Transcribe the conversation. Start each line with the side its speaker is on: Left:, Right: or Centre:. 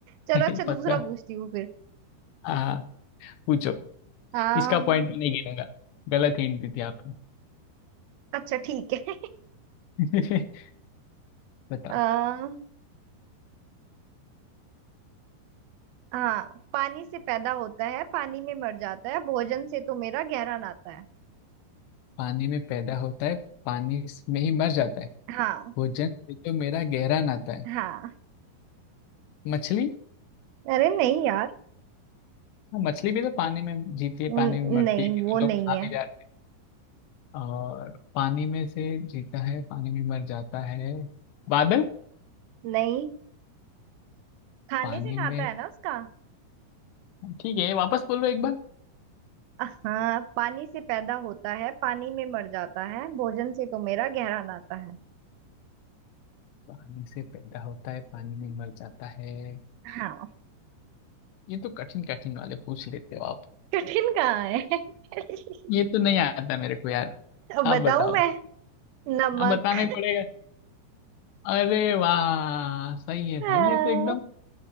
Right: चलो
Left: <laughs>
Right: अच्छा
Left: पक्का
Right: दूसरा पूछती हूँ फिर
Left: आ, पूछो
Right: अम्म,
Left: इसका पॉइंट मैं नहीं गिनूंगा गलत हिंट दी थी आपने
Right: अच्छा ठीक है
Left: <laughs> बताओ
Right: <laughs> आ, हाँ पानी से पैदा होता है पानी में मर जाता है भोजन से तो मेरा गहरा नाता है
Left: पानी में पैदा होता है पानी में ही मर जाता है
Right: हाँ
Left: भोजन से तो मेरा गहरा नाता है
Right: हाँ
Left: मछली
Right: अरे नहीं यार
Left: हाँ, मछली भी तो पानी में जीती है
Right: न-
Left: पानी में मरती
Right: नहीं
Left: है क्योंकि
Right: वो नहीं
Left: लोग खा
Right: है
Left: भी जाए और पानी में से जीता है पानी में मर जाता है बादल
Right: नहीं खाने
Left: पानी
Right: से नाता
Left: में
Right: है ना उसका
Left: ठीक है वापस बोलो एक बार
Right: हाँ पानी से पैदा होता है पानी में मर जाता है भोजन से तो मेरा गहरा नाता है
Left: पानी से पैदा होता है पानी में मर जाता है
Right: हाँ
Left: ये तो कठिन कठिन वाले पूछ लेते हो आप
Right: कठिन कहाँ है <laughs>
Left: ये तो नहीं आता मेरे को यार
Right: अब
Left: आप
Right: बताऊं
Left: बताओ
Right: मैं नमक
Left: आप बताना ही पड़ेगा अरे वाह सही है
Right: हाँ,
Left: भाई ये तो एकदम